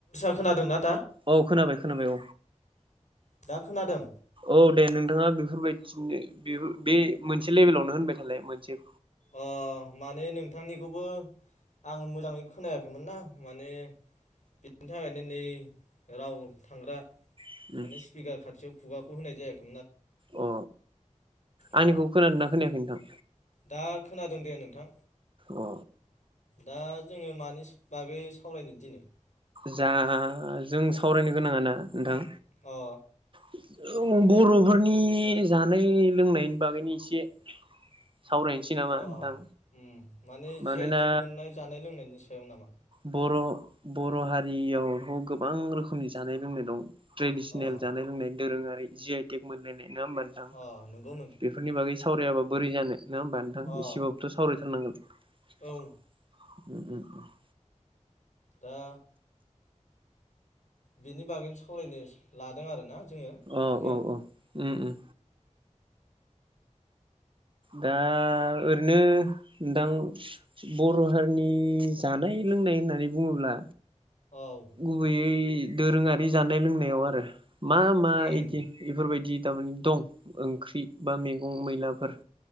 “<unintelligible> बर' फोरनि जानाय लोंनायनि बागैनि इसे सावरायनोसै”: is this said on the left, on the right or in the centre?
Right